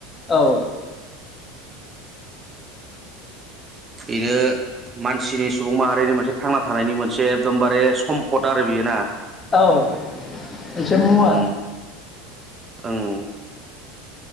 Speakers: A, on the left; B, on the right.
A: औ
B: इयो मानसिनि सुबुं माहारिनि मोनसे थांना थानायनि मोनसे एकदमबारे सम्पद आरो बियो ना
A: औ मोनसे मुवा
B: ओं ओं